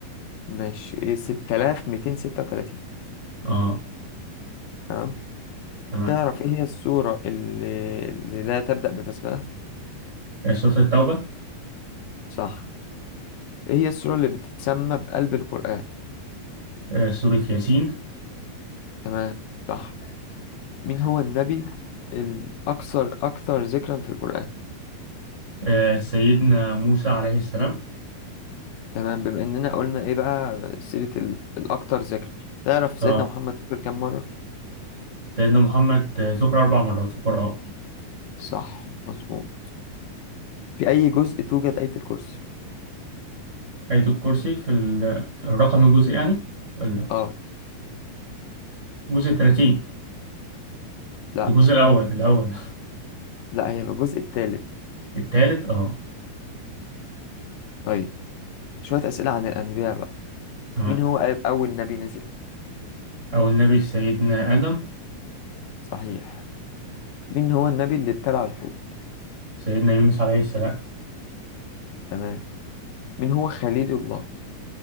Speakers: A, on the left; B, on the right.
A: ماشي 6236
B: اه
A: تمام
B: تمام
A: تعرف ايه هي السورة اللي, اللي لا تبدأ ببسملة
B: آه سورة التوبة
A: صح ايه هي السورة اللي بتتسمى بقلب القرآن
B: آه سورة ياسين
A: تمام صح مين هو النبي الأكثر أكثر ذكرا في القرآن
B: آه سيدنا موسى عليه السلام
A: تمام بما إننا قلنا ايه بقى سيرة ال- الأكثر ذكر تعرف سيدنا
B: اه
A: محمد ذكر كم مرة
B: سيدنا محمد آه ذكر أربع مرات في القرآن
A: صح مظبوط في أي جزء توجد آية الكرسي
B: آية الكرسي في ال- الرقم الجزء يعني ولا
A: اه
B: الجزء 30
A: لا
B: الجزء الأول الأول
A: لا هي في الجزء الثالث
B: <laughs> التالت اه
A: طيب شوية أسئلة عن الأنبياء بقى
B: تمام.
A: مين هو أ- أول نبي نزل
B: أو النبي سيدنا آدم
A: صحيح مين هو النبي اللي ابتلع الحوت
B: سيدنا يونس عليه السلام
A: تمام مين هو خليل الله